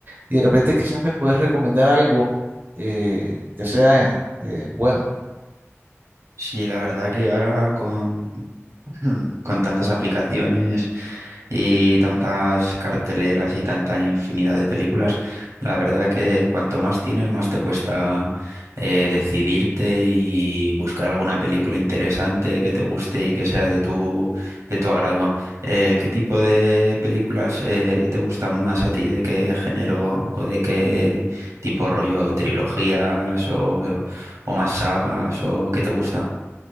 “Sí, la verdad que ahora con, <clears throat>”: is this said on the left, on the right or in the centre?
Right